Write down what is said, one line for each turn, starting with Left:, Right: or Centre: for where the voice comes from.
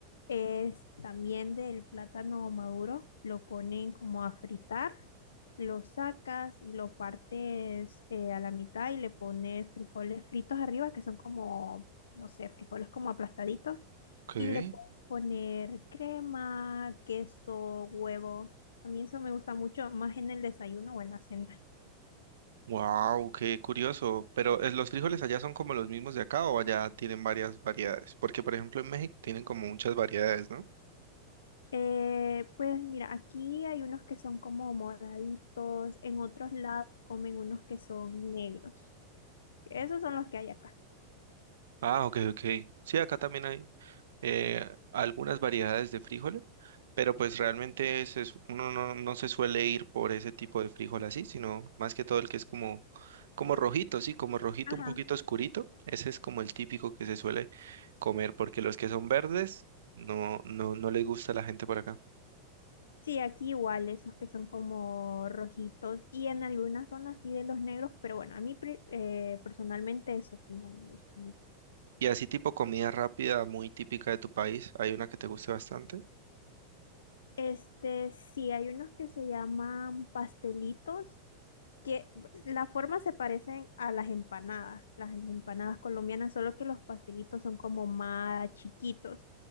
Left: es también del plátano maduro, lo ponen como a fritar, lo sacas y lo partes eh, a la mitad y le pones frijoles fritos arriba, que son como, no sé, frijoles como aplastaditos,
Right: Ok.
Left: y le puedes poner crema, queso, huevo. A mí eso me gusta mucho, más en el desayuno o en la cena.
Right: Wow, qué curioso. Pero eh, los frijoles allá son como los mismos de acá o allá tienen varias variedades, porque por ejemplo en México tienen como muchas variedades, ¿no?
Left: Eh, pues mira, aquí hay unos que son como moraditos, en otros lados comen unos que son negros. Esos son los que hay acá.
Right: Ah, ok, ok. Sí, acá también hay eh, algunas variedades de frijoles, pero pues realmente se su- uno no, no se suele ir por ese tipo de frijol así, sino más que todo el que es como, como rojito, sí, como rojito,
Left: Ajá.
Right: un poquito oscurito. Ese es como el típico que se suele comer, porque los que son verdes no, no, no les gusta a la gente por acá.
Left: Sí, aquí igual, esos que son como rojitos y en algunas zonas sí de los negros, pero bueno, a mí pre- eh, personalmente eso sí no me gusta.
Right: Y así tipo comida rápida, muy típica de tu país, hay una que te guste bastante.
Left: Este, sí, hay unos que se llaman pastelitos que las formas se parecen a las empanadas, las empanadas colombianas, solo que los pastelitos son como más chiquitos.